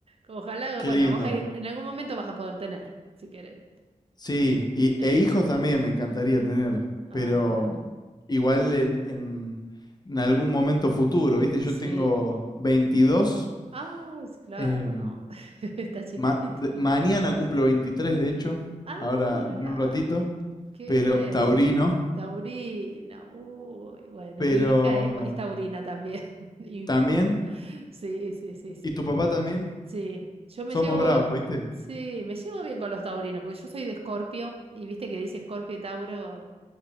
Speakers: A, on the right; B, on the left.
A: Ojalá,
B: Qué
A: bueno,
B: lindo.
A: vos en, en algún momento vas a poder tener, si querés.
B: Sí, y,
A: Sí.
B: e hijos también me encantaría tener,
A: Ah,
B: pero
A: bueno.
B: igual en, en, en algún momento futuro, ¿viste?
A: Sí.
B: Yo tengo 22,
A: Ah, es claro,
B: em,
A: no. <laughs> Está chiquito.
B: ma- de- mañana cumplo 23 de hecho,
A: Ah,
B: ahora
A: mira.
B: en un ratito,
A: Qué
B: pero
A: bien.
B: taurino,
A: Taurina. Uy, bueno,
B: pero
A: mi hija es, es taurina también. <laughs> Y mi
B: también,
A: papá. Sí, sí, sí, sí.
B: y tu papá también,
A: Sí. Yo me
B: somos
A: llevo.
B: bravos, ¿viste?
A: Sí, me llevo bien con los taurinos, porque yo soy de Escorpio. Y viste que dice Escorpio y Tauro